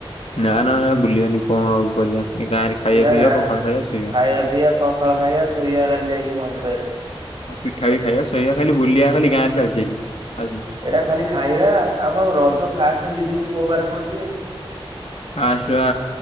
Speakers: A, on the left; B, on the right.
A: ନା ନା ନା ବୁଲିବାନି କଣ ଆଉ କରିବା ଏ ଗାଁରେ ଖାଇବା
B: ଏଇଟା
A: ପିଇବା
B: ଗାଁରେ
A: ପଖାଳ ଖାଇବା ଶୋଇବା।
B: ଖାଇବା ପିଆ ପଖାଳ ଖାଇବା ଶୋଇବା କାଲି ଯାଇକି ମନ୍ଦିରରେ।
A: ଆଉ ପିଠା ବି ଖାଇବା ଶୋଇବା ଖାଲି ବୁଲିବା ଖାଲି ଗାଁରେ ଚାଲିଚି ଏଠି ଆଉ କି
B: ଏଇଟା ଖାଲି ଖାଇବା ଆମର ରଜ ଫାଷ୍ଟ ଦି ଦିନି କୋଉ ବାରେ ପଡୁଛିି ବେ?
A: ଫାଷ୍ଟେ ବା